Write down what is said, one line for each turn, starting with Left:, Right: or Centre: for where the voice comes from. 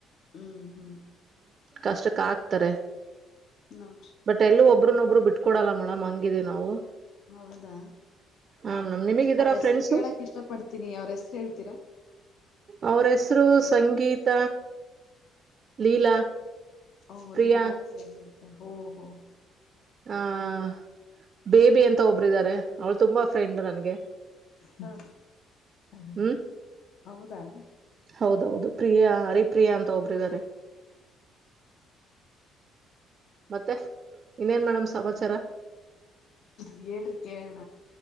Left: ಹ್ಮ್ ಹ್ಮ್
Right: ಕಷ್ಟಕ್ಕ ಆಾಕ್ತಾರೆ
Left: ನೋಡ್ರಿ
Right: ಬಟ್ ಎಲ್ಲೂ ಒಬ್ರನ್ನೊಬ್ರು ಬಿಟ್ಕೊಡಲ್ಲ ಮಾಡ ಮಂಗಿದೀವಿ ನಾವು
Left: ಹೌದಾ
Right: ಹಾ ಮೇಡಮ್ ನಿಮಗ್ ಇದಾರ
Left: ಅವ್ರ ಹೆಸರು
Right: ಫ್ರೆಂಡ್ಸ್
Left: ಕೇಳಕ್ ಇಷ್ಟ ಪಡ್ತೀನಿ ಅವ್ರ ಹೆಸರು ಹೇಳ್ತೀರಾ
Right: ಅವ್ರ ಹೆಸರು ಸಂಗೀತ ಲೀಲಾ
Left: ಹಓ
Right: ಪ್ರಿಯಾ
Left: ಲೀಲ್ಲ ಸ ನೀತ ಹ ಹ
Right: ಆಹ ಬೇಬಿ ಅಂತ ಒಬ್ಬರುಾರೆ ಅವಳು ತುಂಬಾ ಫ್ರೆಂಡ್ ನನ್ಗೆ
Left: ಹಾ ಚನ್ನ
Right: ಹ್ಮ್
Left: ಹೌದಾ
Right: ಹೌದೌದು ಪ್ರಿಯಾ ಹರಿಪ್ರಿಯಾ ಅಂತ ಒಬ್ಬ್ರಿದ್ದಾರೆ ಮತ್ತೆ ಇನ್ನೇನ್ ಮೇಡಮ್ ಸಮಾಚಾರ
Left: ಹೇಳಳ್ರಿ ಕಣ